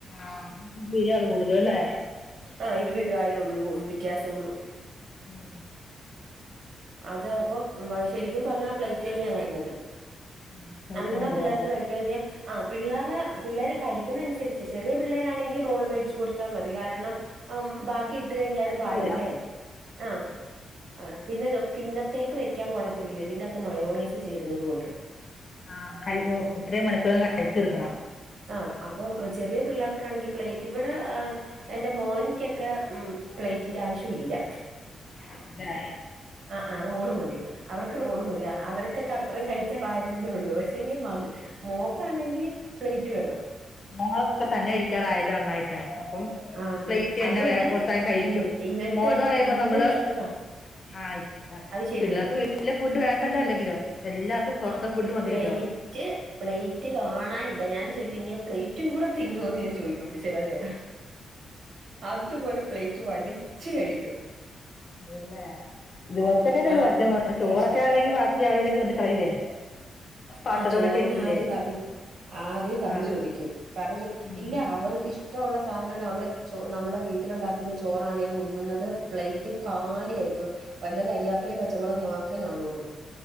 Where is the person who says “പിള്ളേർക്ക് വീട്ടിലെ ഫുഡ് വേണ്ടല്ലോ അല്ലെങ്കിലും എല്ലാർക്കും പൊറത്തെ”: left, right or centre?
Left